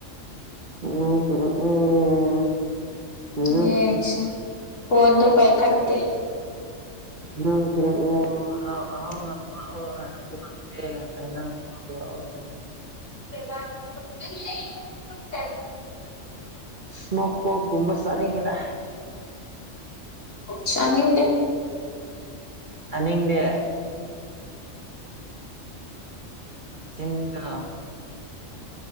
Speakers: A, on the right (about 40°); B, on the left (about 70°).
A: ꯍꯩꯅꯧ ꯄꯨꯔꯛꯑꯣ ꯅꯪ
B: ꯌꯦꯡꯁꯦ ꯐꯣꯟꯗꯣ ꯄꯥꯏꯈꯠꯇꯦ
A: ꯍꯩꯅꯧ ꯄꯨꯔꯛꯑꯣ <unintelligible> ꯍꯩꯅꯧ ꯄꯨꯔꯛꯑꯣ
B: <unintelligible>
A: ꯁꯃꯣꯛ ꯄꯣꯔꯛ ꯒꯨꯝꯕ ꯆꯥꯅꯤꯡꯉꯤꯗ
B: ꯆꯥꯅꯤꯡꯗꯦ
A: ꯆꯥꯅꯤꯡꯗꯦ ꯆꯤꯟꯗꯣ